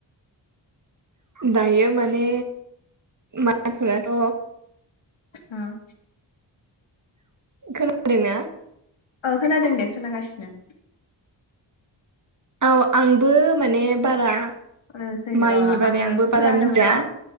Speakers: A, on the right; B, on the left.
A: दायो माने माइफोराथ'
B: हा?
A: खोनादोंना?
B: औ खोनादों दे खोनागासिनो।
A: औ आंबो माने बारा
B: <unintelligible> आङो
A: माइनि बारै आंबो
B: खोनानो
A: बारा मिथिया
B: मोननायाव